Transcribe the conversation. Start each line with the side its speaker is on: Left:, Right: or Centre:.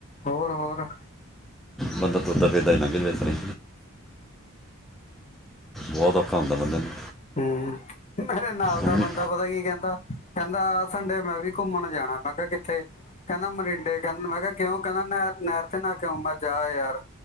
Left: ਹੋਰ ਹੋਰ
Centre: ਬੰਦ ਫੌਦਾ ਫਿਰਦਾ ਹੀ ਲਾਘਸਾਰੇ ਬਹੁਤ ਔਖਾ ਹੁੰਦਾ ਬੰਦੇ ਨੂੰ
Left: ਹਮ ਮੇਰੇ ਨਾਲ ਦਾ
Centre: ਮੰਮੀ,
Left: ਬੰਦਾ ਪਤਾ ਕੀ ਕਹਿੰਦਾ ਕਹਿੰਦਾ ਆ ਸੰਡੇ ਮੈਂ ਵੀ ਘੁੰਮਣ ਜਾਣਾ ਮੈਂ ਕਿਹਾ ਕਿੱਥੇ ਕਹਿੰਦਾ ਮਰਿੰਡੇ ਕਹਿੰ ਮੈਂ ਕਿਹਾ ਕਿਉਂ ਕਹਿੰਦਾ ਨਹਿ ਨਹਿਰ ਤੇ ਨਾ ਕਿਉਂ ਮੈਂ ਜਾ ਯਾਰ